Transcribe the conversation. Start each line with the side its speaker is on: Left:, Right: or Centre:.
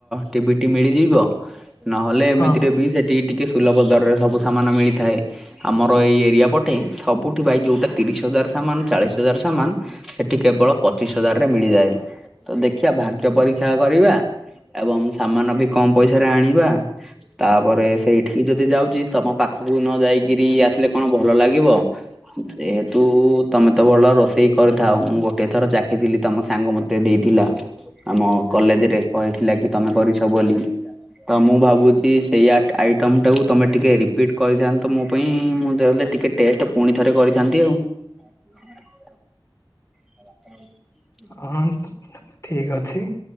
Centre: ଟିଭିଟି ମିଳିଯିବ ନହେଲେ ଏମିତିରେ
Left: ହଁ
Centre: ବି ସେଠି ଟିକେ ସୁଲଭ ଦରରେ ସବୁ ସାମାନ ମିଳିଥାଏ। ଆମର ଏଇ ଏରିଆ ପଟେ ସବୁଠି ଭାଇ ଯୋଉଟା ତିରିଶ ହଜାର ସାମାନ ଚାଳିଶ ହଜାର ସାମାନ ସେଠି କେବଳ ପଚିଶ ହଜାରରେ ମିଳିଯାଏ ତ ଦେଖିବା ଭାଗ୍ୟ ପରୀକ୍ଷା କରିବା। ଏବଂ ସାମାନ ବି କମ ପଇସାରେ ଆଣିବା ତାପରେ ସେଇଠିକି ଯଦି ଯାଉଛି ତମ ପାଖକୁ ନ ଯାଇକି ଇଏ ଆସିଲେ କଣ ଭଲ ଲାଗିବ? ଯେହେତୁ ତମେ ତ ଭଲ ରୋଷେଇ କରିଥାଅ ମୁଁ ଗୋଟେ ଥର ଚାଖିଥିଲି ତମ ସାଙ୍ଗ ମୋତେ ଦେଇଥିଲା। ଆମ କଲେଜ ରେ କହିଥିଲା କି ତମେ କରିଛ ବୋଲି ତ ମୁଁ ଭାବୁଛି ସେଇ ଆଇଟମ ଟାକୁ ତମେ ଟିକେ ରିପିଟ କରିଥାନ୍ତ ମୁଁ ତ ପାଇଁ ମୁଁ ତ ହେଲେ ଟିକେ ଟେଷ୍ଟ ପୁଣି ଥରେ କରିଥାନ୍ତି ଆଉ। <inaudible> <unintelligible>
Left: ହଁ ଠିକ୍ ଅଛି।